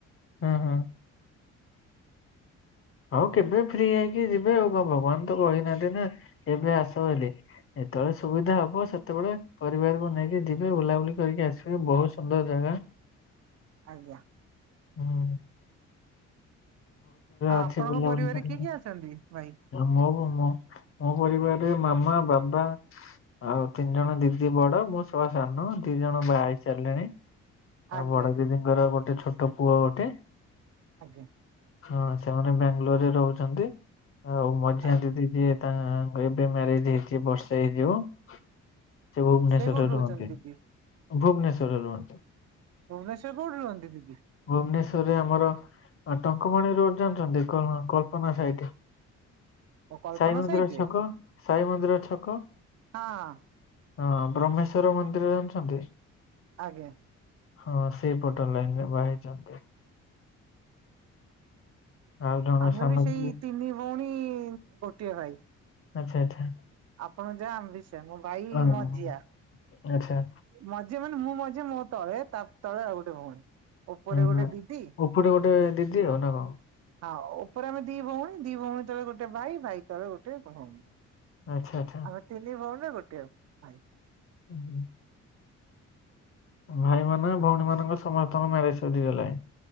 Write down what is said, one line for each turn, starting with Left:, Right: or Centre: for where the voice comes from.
Left: ହଁ ହଁ। ଆଉ କେବେ ଫ୍ରି ହେଇକି ଯିବେ ଆଉ ଭଗବାନ ତ କହିନାହାନ୍ତି ନା ଏବେ ଆସ ବୋଲି। ଯେତେବେଳେ ସୁବିଧା ହବ ସେତେବେଳେ ପରିବାରକୁ ନେଇକି ଯିବେ ବୁଲାବୁଲି କରିକି ଆସିବେ ବହୁତ ସୁନ୍ଦର ଜାଗା। <inaudible>
Right: ଆଜ୍ଞା।
Left: ହଁ।
Right: ଆ
Left: ଅଛି
Right: ଆପଣଙ୍କ
Left: ବୁଲାବୁଲି
Right: ପରିବାରରେ
Left: କରିବା
Right: କିଏ କିଏ ଅଛନ୍ତି ଭାଇ?
Left: ମୋ ମୋ ମୋ ପରିବାରରେ ମାମା ବାବା। ଆଉ ତିନି ଜଣ ଦିଦି ବଡ ମୁଁ ସଭା ସାନ ଦି ଜଣ ବାହା ହେଇସାରିଲେଣି।
Right: ଆଜ୍ଞା
Left: ଆଉ ବଡ ଦିଦିଙ୍କର ଗୋଟେ ଛୋଟ ପୁଅ ଗୋଟେ।
Right: ଆଜ୍ଞା।
Left: ହଁ ସେମାନେ ବ୍ୟାଙ୍ଗଲୋର ରେ ରହୁଛନ୍ତି। ଆଉ ମଝିଆ
Right: ଆଜ୍ଞା
Left: ଦିଦି ଯିଏ ତା ଏବେ ମ୍ୟାରେଜ ହେଇଚି ବର୍ଷେ ହେଇଯିବ। ସେ ଭୁବନେଶ୍ଵରେ
Right: ସେ କୋଉଠି ରହୁଛନ୍ତି
Left: ରୁହନ୍ତି,
Right: ଦିଦି
Left: ଭୁବନେଶ୍ଵରେ ରୁହନ୍ତି।
Right: ଭୁବନେଶ୍ୱରେ କୋଉଠି ରୁହନ୍ତି ଦିଦି?
Left: ଭୁବନେଶ୍ଵରରେ ଆମର ଆଉ ଟଙ୍କପାଣି ରୋଡ ଜାଣିଛନ୍ତି କ କଳ୍ପନା ସାଇଟ୍।
Right: ଓ କଳ୍ପନା
Left: ସାଇ ମନ୍ଦିର
Right: ସାଇଟ୍
Left: ଛକ
Right: ରେ
Left: ସାଇ ମନ୍ଦିର ଛକ
Right: ହଁ।
Left: ହଁ ବ୍ରହ୍ମେଶ୍ଵର ମନ୍ଦିର ଜାଣିଛନ୍ତି?
Right: ଆଜ୍ଞା।
Left: ହଁ ସେଇପଟ ଲାଇନ୍ ରେ ବାହା ହେଇଛନ୍ତି। ଆଉ ଜଣେ
Right: ଆମେ
Left: ସାନ
Right: ବି ସେଇ
Left: ଦିଦି
Right: ତିନି ଭଉଣୀ ଗୋଟିଏ ଭାଇ।
Left: ଆଚ୍ଛା ଆଚ୍ଛା।
Right: ଆପଣ ଯାହା ଆମେ ବି ସେଇଆ। ମୋ ଭାଇ
Left: ହଁ
Right: ମଝିଆ।
Left: ଆଚ୍ଛା।
Right: ମଝିଆ ମାନେ ମୁଁ ମଝିଆ, ମୋ ତଳେ ତା ତଳେ ଆଉ ଗୋଟେ ଭଉଣୀ। ଓପରେ
Left: ଉଁ
Right: ଗୋଟେ ଦିଦି।
Left: ଉପରେ ଗୋଟେ
Right: ଦି
Left: ଦିଦି ଆଉ ନା କଣ
Right: ହଁ। ଓପରେ ଆମେ ଦି ଭଉଣୀ। ଦି ଭଉଣୀ ତଳେ ଗୋଟେ ଭାଇ। ଭାଇ ତଳେ ଗୋଟେ ଭଉଣୀ।
Left: ଆଚ୍ଛା ଆଚ୍ଛା।
Right: ଆମେ ତିନି ଭଉଣୀ ରେ ଗୋଟିଏ ଭାଇ।
Left: <unintelligible> ଭାଇ ମାନେ ଭଉଣୀ ମାନଙ୍କ ର ସମସ୍ତଙ୍କ ମ୍ୟାରେଜ ସରିଗଲାଣି।